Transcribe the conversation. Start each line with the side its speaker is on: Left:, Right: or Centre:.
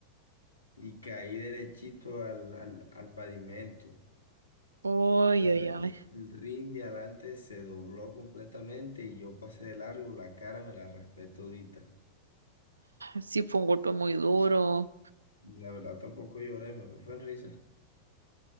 Left: y caí derechito al, al, al pavimento.
Right: Ay, ay,
Left: El,
Right: ay.
Left: el rin de adelante se dobló completamente y yo pasé de largo, la cara me la raspé todita.
Right: Sí fue un golpe muy duro.
Left: Y la verdad tampoco lloré, me fue en risa.